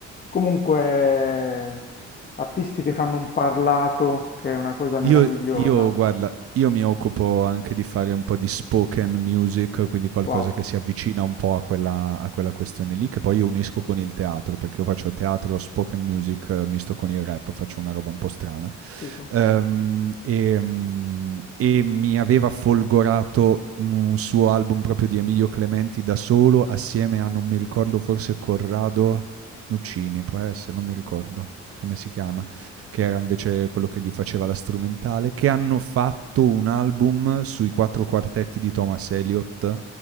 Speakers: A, on the left (about 30°); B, on the right (about 50°).
A: Comunque, artisti che fanno un parlato, che è una cosa meravigliosa.
B: Io io guarda, io mi occupo anche di fare un po' di spoken music, quindi qualcosa
A: Wow,
B: che si avvicina un po' a quella a quella questione lì, che poi io unisco con il teatro, perché io faccio teatro spoken music eh, misto con il rap, faccio una roba un po' strana
A: dico.
B: ehm, e, mm, e mi aveva folgorato un suo album proprio di Emilio Clementi da solo, assieme a non mi ricordo forse Corrado Nuccini, può essere, non mi ricordo come si chiama, che era invece quello che gli faceva la strumentale, che hanno fatto un album sui quattro quartetti di Thomas Elliott